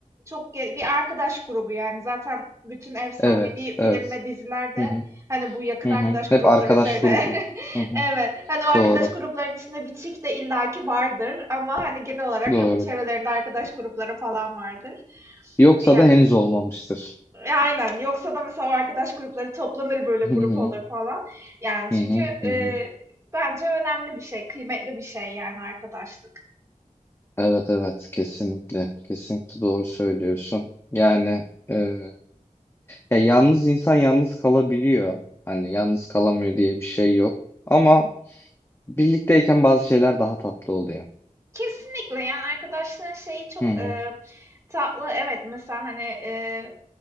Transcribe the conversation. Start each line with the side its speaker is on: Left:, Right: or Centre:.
Right: çok ge bir arkadaş grubu, yani, zaten bütün efsanevi
Left: Evet,
Right: film
Left: evet.
Right: ve diziler
Left: Hı hı,
Right: Hani bu yakın
Left: hı
Right: arkadaş
Left: hı. Hep
Right: grupları
Left: arkadaş
Right: üzerine.
Left: grubu.
Right: <laughs>
Left: Hı hı.
Right: Evet. Hani o arkadaş
Left: Doğru,
Right: gruplarının içinde bir çift de illaki vardır ama hani genel olarak
Left: doğru.
Right: hep çevrelerinde arkadaş grupları falan vardır.
Left: Yoksa
Right: Yani,
Left: da henüz olmamıştır.
Right: e, aynen. Yoksa da mesela o arkadaş grupları toplanır böyle grup
Left: Hı hı,
Right: olur falan. Yani çünkü
Left: hı hı, hı
Right: e,
Left: hı.
Right: bence önemli bir şey, kıymetli bir şey yani arkadaşlık.
Left: Evet, evet. Kesinlikle, kesinlikle doğru söylüyorsun. Yani. e, ya yalnız insan yalnız kalabiliyor. Hani yalnız kalamıyor diye bir şey yok. Ama Birlikteyken bazı şeyler daha tatlı oluyor.
Right: Kesinlikle yani arkadaşlığın şeyi çok
Left: Hı hı.
Right: e, tatlı. Evet mesela hani e,